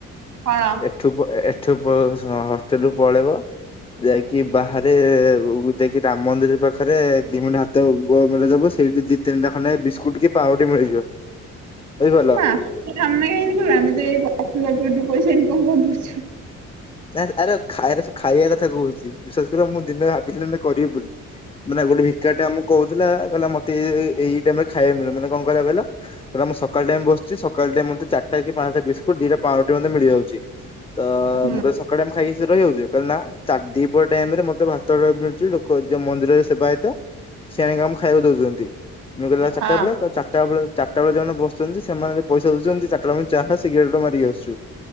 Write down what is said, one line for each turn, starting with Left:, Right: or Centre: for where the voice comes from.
Right: କଣ?
Left: ଏଠୁ ଏଠୁ ହଷ୍ଟେଲ ରୁ ପଳେଇବ। ଯାଇକି ବାହାରେ ଯାଇକି ରାମ ମନ୍ଦିର ପାଖରେ ଦି ମଟେ ହାତ ମିଳଦବ ସେଇଠି ଦି ତିନିଟା ଖଣ୍ଡେ ବିସ୍କୁଟ କି ପାଉଁରୁଟି ମିଳିଯିବ। ବୁଝିପାରିଲ।
Right: ମାସେ ଆମେ, ଆମେ ତ ଏଇ ଗପୁ ଗପୁ ପଇସା ଇନକମ୍ କର ଦଉ
Left: ନା ଆରେ ଖାଇ ଖାଇବା କଥା କହୁଛି ବିଶ୍ୱାସ କର ମୁଁ ଦିନେ ଭାବିଲି କରିବି ବୋଲି, ମାନେ ଗୋଟେ ଭିକାରିଟେ ଆମକୁ କହୁଥିଲା କହିଲା ମତେ ଏଇ ଟାଇମ ରେ ଖାଇବା ମିଳେ, ମାନେ କଣ କହିଲା କହିଲ ମୁଁ ସକାଳ ଟାଇମ ବସିଛି ସକାଳ ଟାଇମ ଚାରିଟା କି ପାଞ୍ଚଟା ବିସ୍କୁଟ ଦିଟା ପାଉରୁଟି ମତେ ମିଳିଯାଉଛି, ତ
Right: ହୁଁ
Left: ମୁଁ କହିଲି ସକାଳ ଟାଇମ ଖା ରହିଯାଉଛି, କହିଲା ନା ଦିପହର ଟାଇମ ରେ ମତେ ଭାତ ମିଳୁଛି ଲୋକ ଯୋଉ ମନ୍ଦିରରେ ସେବାୟତ ସିଏ ଆଣିକି ଆମକୁ ଖାଇବାକୁ ଦଉଛନ୍ତି, ମୁଇଁ କହିଲି ଆଉ ଚାରିଟା
Right: ହଁ
Left: ବେଳେ, ତ ଚାରିଟା ବେଳେ ଚାରିଟା ବେଳେ ଯଉମାନେ ବସୁଛନ୍ତି ସେମାନେ ପଇସା ଦଉଛନ୍ତି ଚାରିଟା ବେଳେ ଚା ଫା ସିଗରେଟ ମାରିକି ଆସୁ